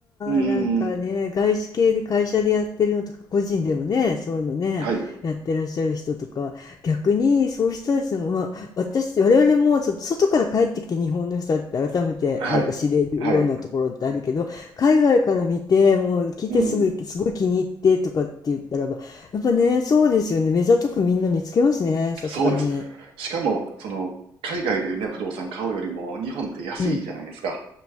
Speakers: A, on the right (about 85°); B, on the left (about 40°).
A: うー
B: なんかね、
A: ん。
B: 外資系で会社でやってるのとか、個人でもね、そういうのね、
A: はい。
B: やってらっしゃる人とか、逆にそういう人たちの、まあ、私、我々もちょっと外から帰ってきて日本の良さって改めてなんか知れるようなところってあるけど、
A: はい。はい。
B: 海外から見て、もう来てすぐ、
A: うん。
B: すごい気に入ってとかって言ったらば、やっぱね、そうですよね。目ざとくみんな見つけますね、さすがに。
A: そうです。しかも、その、海外でね、不動産買うよりも、日本って安いじゃないですか。
B: うん。